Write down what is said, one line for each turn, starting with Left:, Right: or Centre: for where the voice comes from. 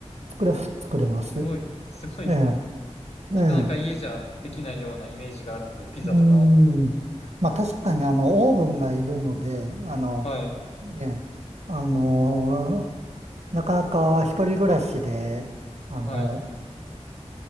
Right: 作れ、作れます。
Left: すごい、すごいですね。
Right: ええ、
Left: なかなか家じゃできないようなイメージがあるので、
Right: ええ、
Left: ピザとかは。
Right: うーん。まあ確かにあの、オーブンがいるので、あの、
Left: はい、
Right: ええ、あの、なかなか一人暮らしで、あの、
Left: はい。